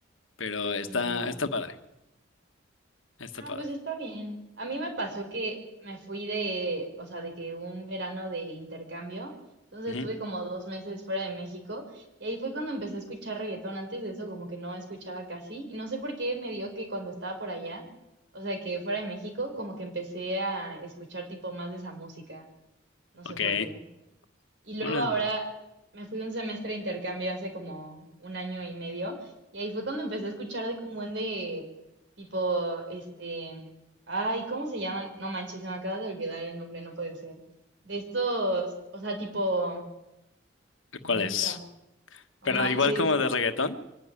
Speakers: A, on the left (about 80°); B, on the right (about 60°).
A: pero está,
B: Mm,
A: está padre. Está
B: ah,
A: padre.
B: pues está bien. A mí me pasó que me fui de, o sea, de que un verano de intercambio, entonces
A: Ujú.
B: estuve como dos meses fuera de México y ahí fue cuando empecé a escuchar reggaetón. Antes de eso como que no escuchaba casi y no sé por qué me dio que cuando estaba por allá, o sea, que fuera de México, como que empecé a escuchar tipo más de esa música. No
A: Ok.
B: sé por qué. Y luego
A: Órale.
B: ahora me fui un semestre de intercambio hace como un año y medio. Y ahí fue cuando empecé a escuchar de como un de tipo, este, ay, ¿cómo se llaman? No manches, se me acaba de olvidar el nombre, no puede ser. De estos, o sea, tipo, mm,
A: ¿Cuál es?
B: ta, no
A: Pero
B: manches,
A: igual como de reggaetón.